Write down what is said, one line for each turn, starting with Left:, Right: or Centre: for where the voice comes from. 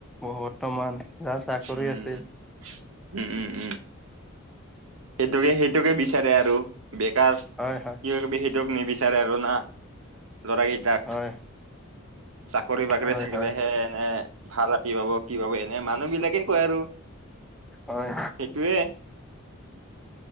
Centre: বৰ্তমান যাৰ চাকৰি
Right: উম,
Centre: আছে
Right: উম, উম, উম। সেইটোকে সেইটোকে বিচাৰে আৰু বেকাৰ
Centre: হয়, হয়।
Right: বি সটোক নিবিচাৰে আৰু না ল'ৰা কেইটাক।
Centre: হয়।
Right: চাকৰি বাকৰি
Centre: হয়
Right: থাকিলেহে
Centre: হয়
Right: এনে ভাল আপি পাব কি পাব এনে মানুহ বিলাকে কয় আৰু।
Centre: হয়।
Right: সেইটোৱে।